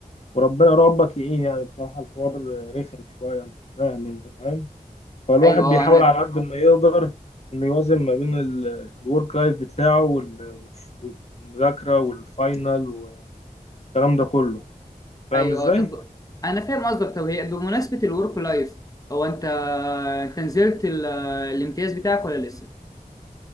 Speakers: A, on the left (about 45°); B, on the left (about 25°).
A: وربنا ربك يعين يعني بصراحه الحوار رخم شويه انت فاهم انت فاهم فالواحد
B: ايوه اه
A: بيحاول
B: انا
A: على قد ما يقدر انه يوازن ما بين الورك لايف بتاعه وال- والمذاكرة والفاينل والكلام ده كله فاهم
B: ايوه
A: ازاي؟
B: اه طب انا فاهم قصدك طب هي بمناسبه الورك لايف هو انت انت نزلت ال- الامتياز بتاعك ولا لسه